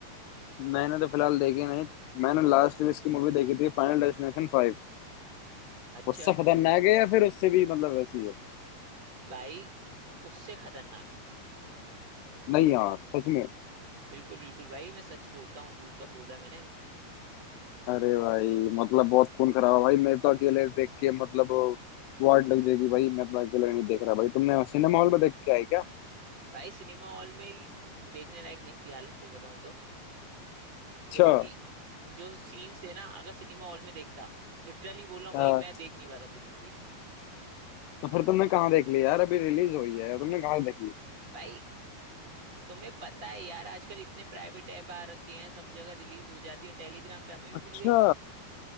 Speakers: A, on the left; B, on the right.
A: मैंने तो फिलहाल देखी नहीं मैंने लास्ट में इसकी मूवी देखी थी फाइनल डेस्टिनेशन फाइव
B: अच्छा
A: उससे खतरनाक है या फिर उससे भी मतलब वैसी है
B: भाई उससे खतरनाक है
A: नहीं यार सच में
B: बिल्कुल बिल्कुल भाई मैं सच बोलता हूँ झूठ कब बोला है मैंने
A: अरे भाई मतलब बहुत खून खराब है भाई मैं तो अकेले देख के मतलब वाट लग जाएगी भाई मैं तो अकेले नहीं देख रहा भाई तुमने सिनेमा हॉल में देख के आई क्या
B: भाई सिनेमा हॉल में ही देखने लायक नहीं थी हालत सही बताऊँ तो
A: अच्छा
B: क्योंकि जो सीन्स थे ना अगर सिनेमा हॉल में देखता लिटरली बोल रहा हूँ भाई
A: हाँ
B: मैं देख नहीं पाता पूरी मूवी
A: तो फिर तुमने कहाँ देख ली यार अभी रिलीज हुई है तुमने कहाँ से देख ली
B: भाई तुम्हें पता है यार आजकल इतने प्राइवेट ऐप आ रखे हैं सब जगह रिलीज हो जाती है टेलीग्राम पे हमें भी
A: अच्छा
B: मिल गई